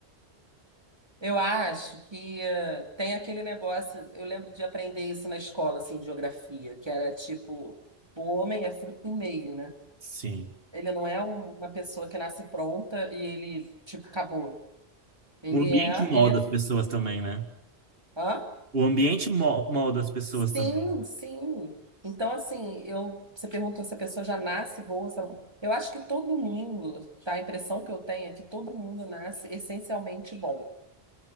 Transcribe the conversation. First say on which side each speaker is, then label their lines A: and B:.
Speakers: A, on the right (about 25°); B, on the right (about 65°).
A: Eu acho que eh, tem aquele negócio, eu lembro de aprender isso na escola, assim, de geografia, que era tipo, o homem é fruto do meio, né?
B: Sim.
A: Ele não é um- uma pessoa que nasce pronta e ele, tipo, acabou. Ele
B: O ambiente
A: é,
B: molda
A: ele é,
B: as pessoas também, né?
A: hã?
B: O ambiente mo- molda as pessoas
A: Sim,
B: também. né?
A: sim. Então, assim, eu, você perguntou se a pessoa já nasce boa, se ela- eu acho que todo mundo, tá? A impressão que eu tenho é que todo mundo nasce essencialmente bom.